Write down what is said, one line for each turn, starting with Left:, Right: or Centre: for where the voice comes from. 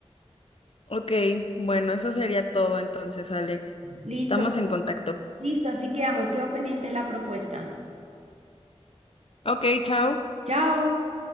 Left: Ok, bueno, eso sería todo entonces, Ale.
Right: Listo,
Left: Estamos en contacto.
Right: listo, así quedamos. Quedo pendiente de la propuesta.
Left: Ok, chao.
Right: Chao.